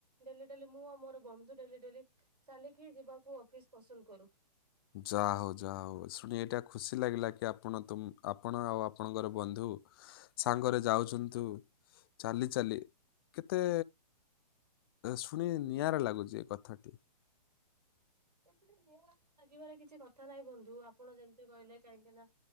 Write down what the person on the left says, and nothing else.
ଯାହା ହଉ, ଯାହା ହଉ, ଶୁଣି ଏଇଟା ଖୁସି ଲାଗିଲା କି ଆପଣ ତ ଆପଣ ଆଉ ଆପଣଙ୍କର ବନ୍ଧୁ ସାଙ୍ଗରେ ଯାଉଛନ୍ତୁ, ଚାଲି ଚାଲି କେତେ ଶୁଣି ନିଆରା ଲାଗୁଛି ଏ କଥାଟି